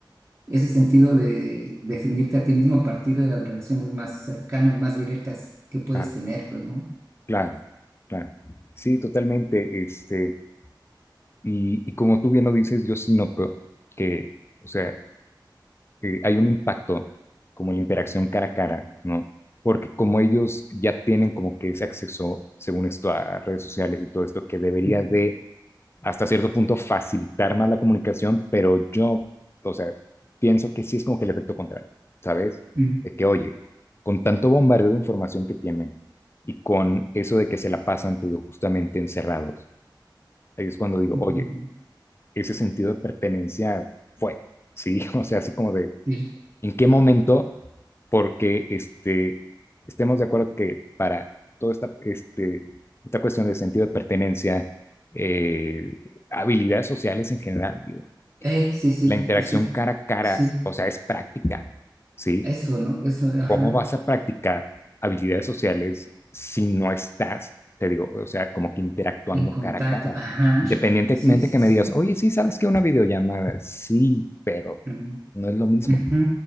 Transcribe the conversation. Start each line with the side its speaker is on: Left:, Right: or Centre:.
Right: ese sentido de definirte a ti mismo a partir de las relaciones más cercanas, más directas que puedes
Left: claro.
Right: tener, pues, ¿no?
Left: Claro, claro. Sí, totalmente. Este, y, y como tú bien lo dices, yo sí noto que, o sea, eh, hay un impacto como la interacción cara a cara, ¿no? Porque como ellos ya tienen como que ese acceso, según esto, a redes sociales y todo esto, que debería
Right: Ujú,
Left: de hasta cierto punto facilitar más la comunicación, pero yo, o sea, pienso que sí es como que el efecto contrario, ¿sabes?
Right: ujú,
Left: De que, oye, con tanto bombardeo de información que tienen y con eso de que se la pasan, te digo, justamente encerrados, ahí es cuando digo,
Right: ujú,
Left: oye, ese sentido de pertenencia fue, <laughs> ¿sí? O sea, así como de,
Right: Sí,
Left: en qué momento, porque este, estemos de acuerdo que para toda esta, este, esta cuestión de sentido de pertenencia, eh, habilidades sociales en general, digo,
Right: Ey, sí, sí,
Left: la interacción
Right: pues sí,
Left: cara a cara,
Right: sí,
Left: o sea, es práctica, ¿sí?
Right: eso, ¿no? Eso, ajá,
Left: ¿Cómo vas a practicar habilidades sociales si no estás, te digo, o sea, como que interactuando
Right: en contacto,
Left: cara a cara?
Right: ajá,
Left: Independientemente
Right: sí, sí,
Left: que
Right: sí,
Left: me digas,
Right: ¿no?
Left: oye, sí, sabes que una videollamada, sí, pero
Right: Mm,
Left: no es lo mismo.
Right: ujú,